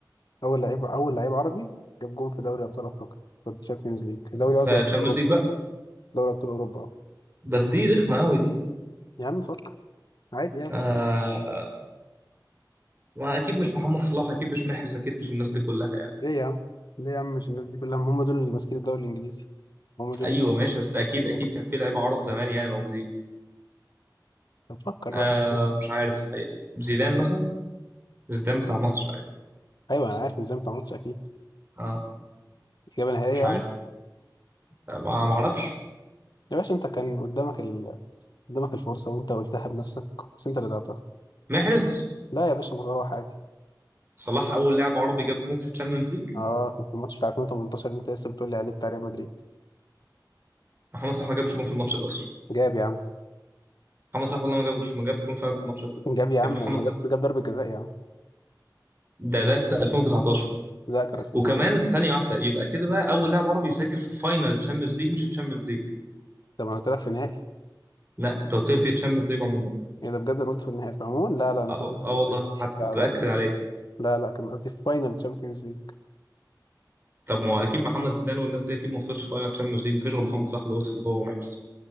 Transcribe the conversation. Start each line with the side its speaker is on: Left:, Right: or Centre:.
Left: اول لعيب اول لعيب عربي جاب جون في دوري ابطال افريقيا في الشامبيونز ليج دوري
Right: في
Left: قصدي ابطال
Right: تشامبيونز
Left: اوروبا
Right: ليج بقى
Left: دوري ابطال اوروبا اه
Right: بس دي رخمه قوي دي
Left: يا عم فكر عادي يعني
Right: آه ما اكيد مش محمد صلاح اكيد مش محرز اكيد مش الناس دي كلها يعني
Left: ليه يا عم ليه يا عم مش الناس دي كلها هم دول اللي ماسكين الدوري الانجليزي هم دول
Right: ايوه
Left: اللي
Right: ماشي بس اكيد
Left: بيجيبوا
Right: اكيد
Left: يعني
Right: كان في لعيبه عرب زمان يعني موجودين
Left: طب فكر
Right: آه
Left: بقى
Right: مش عارف الحقيقه زيدان مثلا زيدان بتاع مصر عادي
Left: ايوه انا عارف النظام بتاع مصر اكيد
Right: اه
Left: اجابه نهائيه
Right: مش عارف
Left: يعني
Right: آه ما ما اعرفش
Left: يا باشا انت كان قدامك ال... قدامك الفرصه وانت قلتها بنفسك بس انت اللي ضيعتها
Right: محرز
Left: لا يا باشا مصارعه عادي
Right: صلاح اول لاعب عربي جاب جون في الشامبيونز ليج
Left: اه كان في الماتش بتاع 2018 اللي انت لسه بتقول لي عليه بتاع ريال مدريد
Right: محمد صلاح ما جابش جون في الماتش ده اصلا
Left: جاب يا عم
Right: محمد صلاح والله ما جابش ما جابش جون فعلا في الماتش ده
Left: جاب يا عم
Right: يا ابني
Left: لما
Right: محمد صلاح
Left: جاب جاب ضربه جزاء يا عم
Right: ده ده في 2019
Left: لا كان 2018
Right: وكمان ثانيه واحده يبقى كده بقى اول لاعب عربي يسجل في فاينل الشامبيونز ليج مش الشامبيونز ليج
Left: طب انا قلت لك في النهائي
Right: لا انت قلت لي في الشامبيونز ليج عموما.
Left: ايه ده بجد انا قلت في النهائي فعموما لا لا انا
Right: اه
Left: كان قصدي
Right: آه
Left: في الفاينل
Right: والله حتى كنت
Left: لا لا
Right: باكد
Left: لا
Right: عليه
Left: لا لا كان قصدي في فاينل تشامبيونز ليج.
Right: طب ما هو اكيد محمد زيدان والناس دي اكيد ما وصلش فاينل تشامبيونز ليج مفيش غير محمد صلاح اللي وصل هو ومحرز